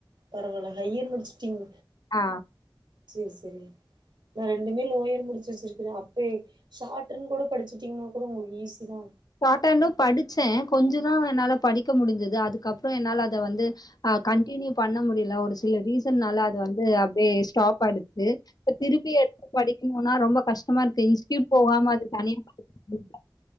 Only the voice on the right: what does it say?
பரவால்ல ஹையர் முடிச்சிட்டீங்க
செரி செரி நா ரெண்டுமே லோயர் முடிச்சி வச்சிருக்கிறே அப்பே ஷார்ட்ன்னு கூட படிச்சிட்டீங்கன்னா கூட உங்களுக்கு ஈஸி தா